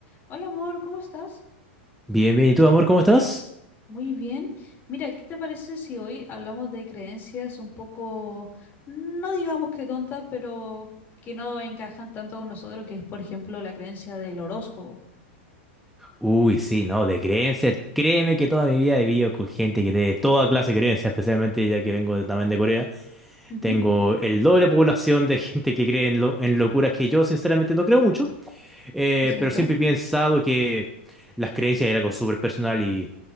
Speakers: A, on the left; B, in the centre.
A: Hola amor, ¿cómo estás?
B: Bien, bien. ¿Y tú, amor, cómo estás?
A: Muy bien. Mira, ¿qué te parece si hoy hablamos de creencias un poco, no digamos que tontas, pero que no encajan tanto con nosotros, que es por ejemplo la creencia del horóscopo?
B: Uy, sí, no, de creencias. Créeme que toda mi vida he vivido con gente que tiene toda clase de creencias, especialmente ya que vengo de- también de Corea.
A: Ujú,
B: Tengo el doble población de gente que cree en, lo- en locuras que yo, sinceramente, no creo mucho. Eh,
A: Exacto.
B: pero siempre he pensado que las creencias era algo súper personal y